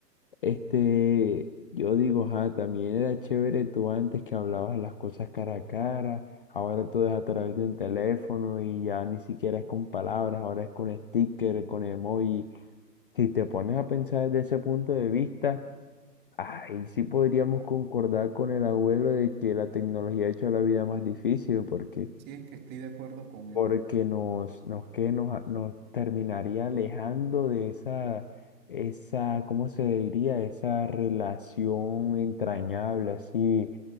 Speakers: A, on the left; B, on the right.
A: este, yo digo, ah, también era chévere tú antes que hablabas las cosas cara a cara. Ahora todo es a través de un teléfono y ya ni siquiera es con palabras, ahora es con sticker, con emoji. Si te pones a pensar desde ese punto de vista. Ahí sí podríamos concordar con el abuelo de que la tecnología ha hecho la vida más difícil, porque,
B: Sí, es que estoy de acuerdo con él.
A: porque nos, nos, que nos, a- nos terminaría alejando de esa, esa, ¿cómo se diría? Esa relación entrañable, así,